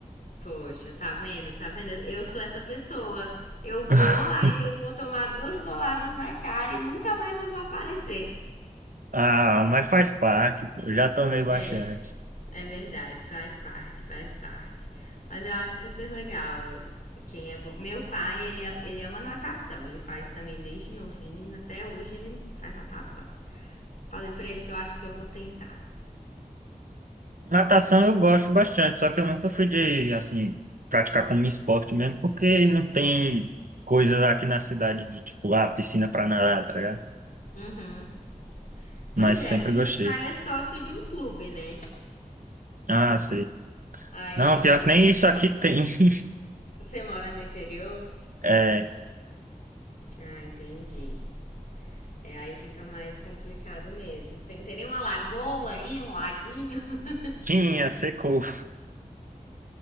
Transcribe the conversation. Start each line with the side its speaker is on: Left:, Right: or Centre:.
Left: Poxa, tá vendo? Tá vendo? Eu sou essa pessoa. Eu vou,
Right: <laughs>
Left: aí eu vou tomar duas boladas na cara e nunca mais eu vou aparecer.
Right: Ah, mas faz parte, pô, já tomei bastante.
Left: É. É verdade, faz parte, faz parte. Mas eu acho super legal. Quem é bom. Meu pai, ele, ele ama natação. Ele faz também desde novinho, até hoje ele faz natação. Falei pra ele que eu acho que eu vou tentar.
Right: Natação eu gosto bastante, só que eu nunca fui de, assim, praticar como esporte mesmo, porque não tem coisas aqui na cidade de, tipo, ah, piscina pra nadar, tá ligado?
Left: Uhum.
Right: Mas
Left: Pois é,
Right: sempre
Left: o meu
Right: gostei.
Left: pai é sócio de um clube, né?
Right: Ah, sei.
Left: Aí
Right: Não, pior que nem isso aqui tem. <laughs>
Left: você mora no interior?
Right: É,
Left: Ah, entendi. É, aí fica mais complicado mesmo. Tem, tem nem uma lagoa aí, um laguinho? <laughs>
Right: tinha, secou.